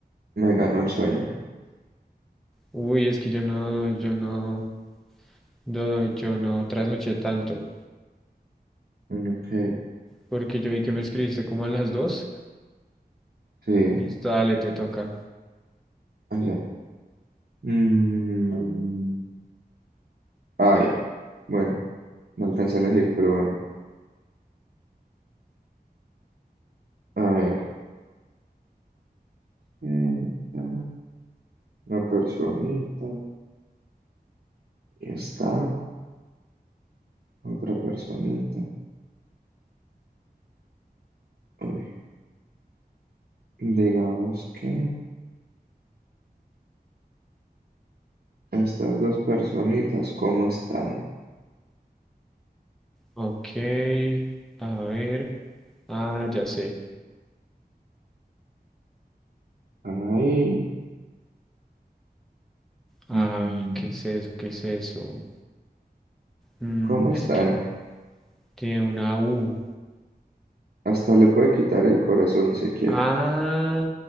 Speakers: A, on the right (about 60°); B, in the centre.
A: me ganó el sueño.
B: Uy, es que yo no, yo no, no, yo no trasnoché tanto,
A: Mm, Ok,
B: porque yo vi que me escribiste como a las dos.
A: sí,
B: Listo, dale, te toca.
A: allá. Mm, ay, bueno. No alcancé a elegir, pero bueno. A ver. Esta, Una personita. Y está otra personita. Uy, Digamos que estas dos personitas, ¿cómo están?
B: Ok, a ver. Ah, ya sé.
A: ¿Están ahí?
B: A
A: Mm,
B: ver, ¿qué es eso? ¿Qué es eso? Mm,
A: ¿Cómo están?
B: es que tiene una U.
A: Hasta le puede quitar el corazón si quiere.
B: Ah,